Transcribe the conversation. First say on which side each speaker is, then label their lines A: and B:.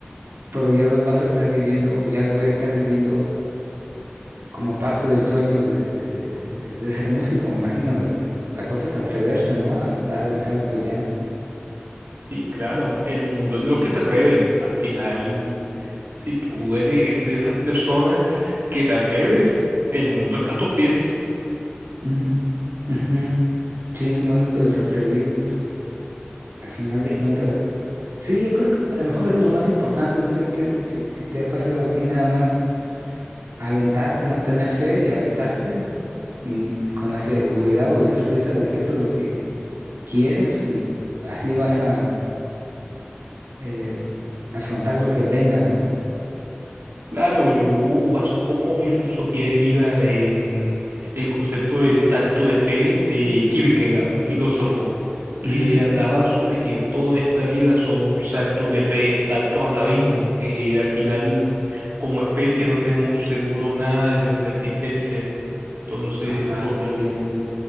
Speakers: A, on the right; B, on the right.
A: pero ya los vas a estar viviendo, o ya los voy a estar viviendo como parte del sueño de, de ser músico, me imagino. La, la cosa es atreverse, ¿no? A dar el salto ya.
B: Sí, claro, el mundo es de los que se atreven. Al final, si tú eres de esas personas que te atreves, el mundo está a tus pies.
A: Mm, ujú. Sí, el mundo de los atrevidos. Al final de
B: Sí.
A: cuentas, sí, yo creo que a lo mejor eso es lo más importante. No sé qué, si, si te ha pasado a ti nada más aventarte, ¿no? Tener fe y aventarte y con la seguridad o la certeza de que eso es lo que quieres y así vas a eh, afrontar lo que venga, ¿no?
B: Claro, yo baso un poco mi filosofía de vida en el concepto de salto de fe de Kierkegaard, un filósofo que
A: Ujú.
B: hablaba sobre que toda esta vida son saltos de fe, saltos al abismo, que al final como especie no tenemos seguro nada de nuestra existencia. Entonces
A: Ah,
B: solo,
A: qué bien,